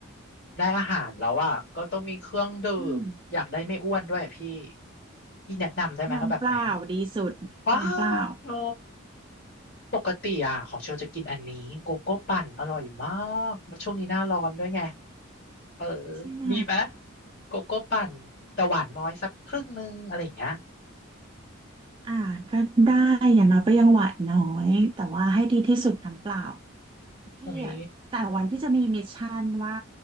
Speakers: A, on the left (about 45°); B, on the right (about 25°).
A: ได้อาหารแล้วอ่ะก็ต้องมีเครื่องดื่มอยากได้ไม่อ้วนด้วยพี่
B: อืม
A: พี่แนะนำได้ไหมเอาแบบไหน
B: น้ำเปล่าดีสุดน้ำเปล่า
A: ว้าวโนปกติอ่ะของเชลจะกินอันนี้โกโก้ปั่นอร่อยมากช่วงนี้หน้าร้อนด้วยไง เออ
B: ใช่ไหม
A: ดีไหมโกโก้ปั่นแต่หวานน้อยสักครึ่งนึงอะไรอย่างเงี้ย
B: อ่าก็ได้อย่างน้อยก็ยังหวานน้อย แต่ว่าให้ดีที่สุดน้ำเปล่าพี่อะแต่ละวันพี่จะมีมิชชั่นว่า
A: โอ้ย